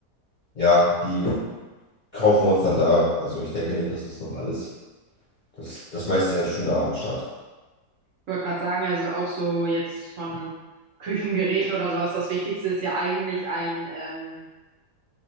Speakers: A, on the left; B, on the right.
A: ja, die. kaufen wir uns dann da. Also ich denke nicht, dass es noch alles. Das, das meiste ist ja schon da am Start.
B: ich wollte gerade sagen, also auch so jetzt von Küchengeräten oder sowas, das Wichtigste ist ja eigentlich ein, ähm,